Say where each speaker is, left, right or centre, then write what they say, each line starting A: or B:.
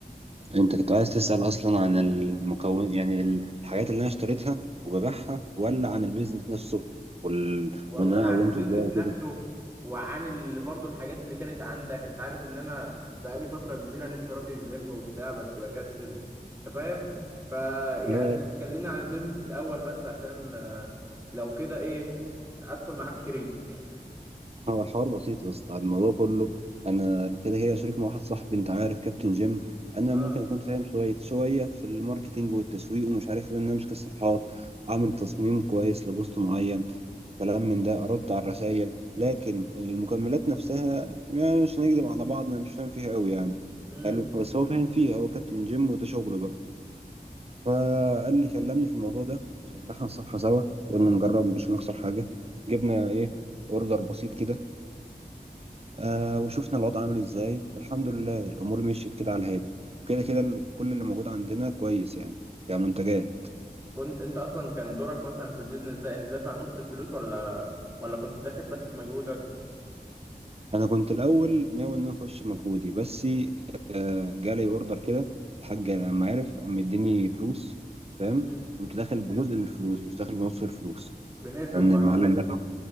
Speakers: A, on the right; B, on the right.
A: انت كنت عايز تسأل اصلا عن المكون يعني ال- الحاجات اللي انا اشتريتها وببيعها ولا عن البيزنس نفسه وال...
B: والله
A: وان انا
B: عن
A: قومته
B: البيزنس
A: ازاي وكده
B: نفسه وعن ال... برضو الحاجات اللي كانت عندك انت عارف ان انا بقالي فترة كبيرة نفسي اروح الجيم وبتاع بس بكسل انت فاهم فيعني
A: لا
B: لا كلمنا عن البيزنس الاول بس عشان آه، لو كده ايه ادخل معاك شريك
A: هو الحوار بسيط يا اسطى الموضوع كله انا كده كده شريك مع واحد صاحبي انت عارف كابتن جيم انا
B: اه
A: ممكن اكون فاهم شويه شويه في الماركتينج والتسويق ومش عارف ايه، ان انا امسك الصفحات اعمل تصميم كويس لبوست معين كلام من ده ارد على الرسائل لكن المكملات نفسها يعني مش هنكذب على بعض انا مش فاهم فيها قوي يعني
B: امم
A: حلو بس هو فاهم فيها هو كابتن جيم وده شغله بقى فقال لي كلمني في الموضوع ده ففتحنا الصفحه سوا قلنا نجرب مش هنخسر حاجه جبنا ايه اوردر بسيط كده آه وشفنا الوضع عامل ازاي والحمد لله الامور مشيت كده على الهادي وكده كده ال- كل اللي موجود عندنا كويس يعني كمنتجات
B: وانت انت اصلا كان دورك مثلا في البيزنس ده انت دافع نص الفلوس ولا ولا كنت داخل بس بمجهودك
A: انا كنت الاول ناوي ان انا اخش مجهودي بس آه جالي اوردر كده الحاج لما عرف قام مديني فلوس فاهم
B: مم.
A: قمت داخل بجزء من الفلوس مش داخل بنص الفلوس
B: بنسبة
A: لان
B: معينة
A: المعلم ده